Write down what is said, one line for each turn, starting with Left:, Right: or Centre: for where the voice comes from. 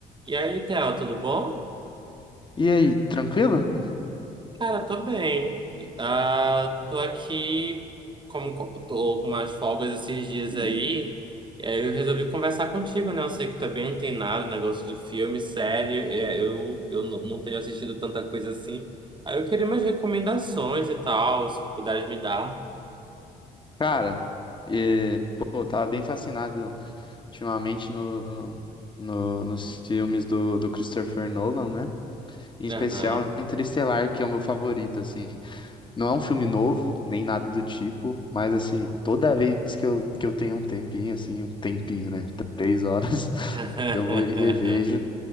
Right: E aí, Theo, tudo bom?
Left: E aí, tranquilo?
Right: Cara, tô bem. Ah, tô aqui, como co- tô com umas folgas esses dias aí, e aí eu resolvi conversar contigo, né? Eu sei que tá bem antenado, negócio de filme, série, é, eu, eu n- não tenho assistido tanta coisa assim. Aí eu queria umas recomendações e tal, se tu puderes me dar.
Left: Cara, eh, pô, eu tava bem fascinado ultimamente no, no- nos filmes do, do Christopher Nolan, né? Em
Right: Aham.
Left: especial Interestelar, que é o meu favorito, assim. Não é um filme novo, nem nada do tipo, mas assim, toda vez que eu, que eu tenho um tempinho, assim, um tempinho, né? Três horas, <laughs>
Right: <laughs>
Left: eu vou e revejo.